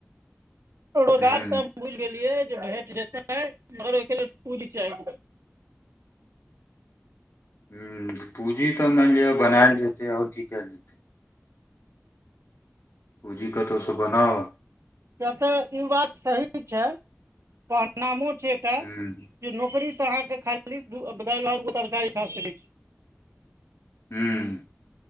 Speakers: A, on the right (about 75°); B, on the left (about 65°).
A: <inaudible> रोगार
B: हूँ
A: तऽ हम बुझ गेलियै जे भेट जेतेै मगर ओहिके लेल पूरी चाह
B: ह पूँजी तऽ मानि लिअ बनायल जेतै आओर की कयल जेतै पूँजी कतौसँ बनाउ
A: कतऽ युवा सही छै पनाामो छैटा
B: हूँ
A: जे नौकरी से अहाँ के खाद तरकारी खा सकै छै
B: हूँ